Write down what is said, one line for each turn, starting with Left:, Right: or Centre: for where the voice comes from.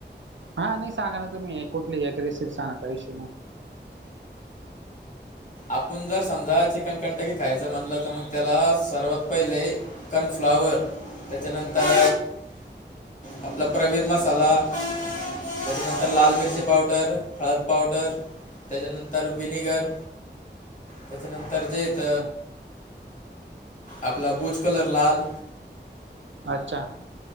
Right: हा नाही सांगा ना तुम्ही कुठली एक रेसिपी सांगा का इश्यू नाही.
Left: आपणं जर समजा चिकनकंटकी खायचं म्हणलं तरं मगं त्यांला सर्वांत पहिलें कोनफ्लाॅवर त्यांच्यानंतर आपला प्रवीण मसाला त्यांच्यानंतर लाल मिर्ची पावडर हळंद पावडर त्यांच्यानंतर विनेगर त्यांच्यानंतर जेथ
Right: हा,
Left: आपला बूज कलर लाल
Right: अच्छा